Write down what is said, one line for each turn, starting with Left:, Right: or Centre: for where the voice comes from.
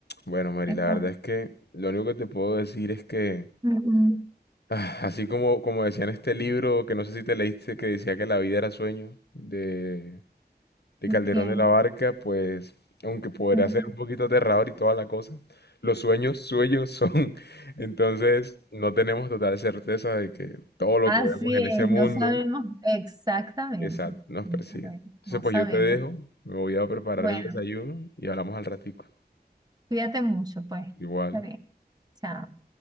Left: bueno, Mary,
Right: Esa.
Left: la verdad es que lo único que te puedo decir es que,
Right: Ujú.
Left: <sighs> ah, así como, como decía en este libro, que no sé si te leíste, que decía que la vida era sueño, de, de
Right: ¿De
Left: Calderón
Right: quién?
Left: de la Barca, pues, aunque podría
Right: Ujú.
Left: ser un poquito aterrador y toda la cosa, los sueños, sueños son. <laughs> Entonces, no tenemos total certeza de que todo lo
Right: Así
Left: que vemos en
Right: es,
Left: ese mundo
Right: no sabemos exactamente.
Left: Exacto, nos
Right: No
Left: persiga.
Right: sabemos.
Left: Entonces,
Right: no
Left: pues
Right: sabemos.
Left: yo te dejo, me voy a preparar
Right: Bueno,
Left: el desayuno y hablamos al ratico.
Right: cuídate mucho, pues.
Left: Igual.
Right: Está bien. Chao.